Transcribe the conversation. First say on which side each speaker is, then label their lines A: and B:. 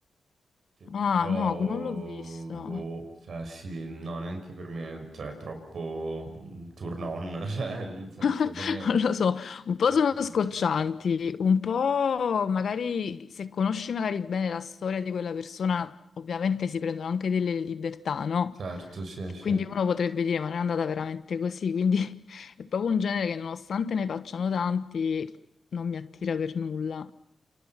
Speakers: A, on the right; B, on the left.
A: che però,
B: Ah, no, non l'ho visto.
A: boh, cioè sì, no, neanche per me, cioè è troppo mm, turn on, <laughs> cioè nel senso
B: <laughs>
A: come,
B: Non lo so, un po'
A: come
B: sono
A: tipo
B: scoccianti,
A: di film.
B: un po' magari se conosci magari bene la storia di quella persona, ovviamente si prendono anche delle libertà, no?
A: Certo, sì, sì.
B: Quindi uno potrebbe dire, ma non è andata veramente così, quindi <laughs> è proprio un genere che nonostante ne facciano tanti, non mi attira per nulla.